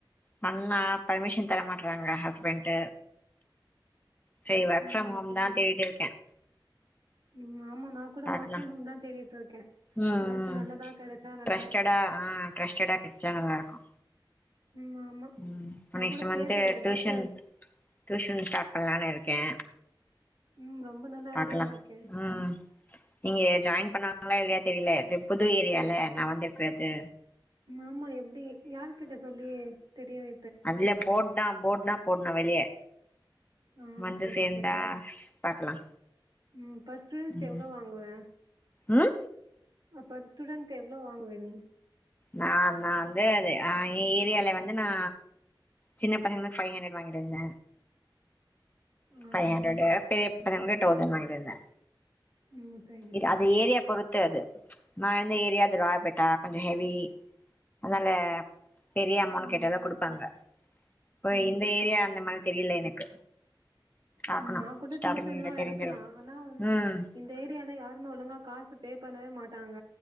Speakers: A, on the left; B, on the right.
A: பண்லா பர்மிஷன் தர மாட்டறாங்க ஹஸ்பண்ட் சேரி ஒர்க்
B: ம்
A: ஃப்ரம் ஹோம்
B: சரி
A: தா தேடிருக்க
B: ம் ஆமா நா கூட
A: பாக்கலா
B: ஒர்க் ஃப்ரம் ஹோ தா தேடிட்டு இருக்க
A: ம்
B: ஏதாச்சு
A: ம்
B: நல்லதா கெடைச்சா நல்லா
A: ட்ரஸ்டடா
B: இருக்கு
A: ஆ க்ரஸ்டடாக் கெடச்சா நல்லாருக்கோ
B: ம் ஆமா
A: ம்
B: நா
A: நெக்ஸ்ட்டு
B: கூட
A: மந்த்து
B: தேடுறே ஏதாச்சு
A: டியூஷன் டியூஷன் ஸ்டார்ட் பண்ணலானு இருக்கே
B: ம் ரொம்ப நல்ல
A: பாக்கலா
B: ஐடியாவா இருக்கே
A: ம் இங்க ஜாயின் பண்ணாங்களா இல்லையா தெரியுல இது புது ஏரியால நா வந்துருக்கறது
B: ஆமா எப்டி யாருகிட்ட சொல்லி தெரிய வெ
A: அதுல போர்ட்தா போர்ட்தா போட்னோ வெளியே
B: ஆ
A: வந்து
B: சரி
A: சேந்தா
B: சரி
A: பாக்கலா
B: ம் பஸ்ட் ஃபீஸ்
A: ம்
B: எவ்ளோ வாங்குவே
A: ம்
B: அப்ப ஒரு ஸ்டூண்ட்க்கு எவ்ளோ வாங்குவ நீ
A: நா நா வந்து அது எ ஏரியால வந்து நா சின்ன பசங்களுக்கு ஃபை ஹண்டரட் வாங்கிருந்த
B: ஆ
A: ஃபை ஹண்ட்ரடு பெரிய பசங்களுக்கு தௌசண் வாங்கி இருந்தே
B: ம் சரி
A: இது
B: சரி
A: அது ஏரியா பொறுத் க்காது நா இந்த ஏரியா அது ராயபேட்டா கொஞ்சோ ஹெவி அதனால பெரிய அமௌண்ட்
B: ம்
A: கேட்டாதா குடுப்பாங்க இப்ப
B: ம்
A: இந்த ஏரியா அந்த மாதிரி தெரியுல எனக்கு பாக்கணு
B: ம் நா கூட
A: ஸ்டார்டிங்ல
B: டியூஷன்லா
A: தெரிஞ்சிரு
B: எடுக்கலா ஆனா வந்
A: ம்
B: இந்த ஏரியால யாருமே ஒழுங்கா காசு பே பண்ணவே மாட்டாங்க